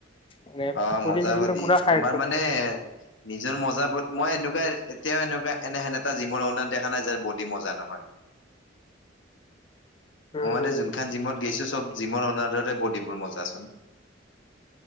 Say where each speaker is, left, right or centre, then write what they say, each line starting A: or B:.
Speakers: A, on the left (about 30°); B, on the left (about 75°).
A: মানে
B: অ,
A: প্ৰটিন
B: মজা
A: চটিনটো
B: বডি।
A: পুৰা খাই
B: তোমাৰ
A: একদম
B: মানে নিজৰ মজা বড মই এনেকুৱা এতিয়াও এনেকুৱা এনেহেন এটা জিমৰ অনাৰ দেখা নাই যাৰ বডি মজা নহয়।
A: <inaudible> উম,
B: মই মানে যোনখান জিমত গৈছো, চব জিমৰ অনাৰৰে বডিবোৰ মজাচোন।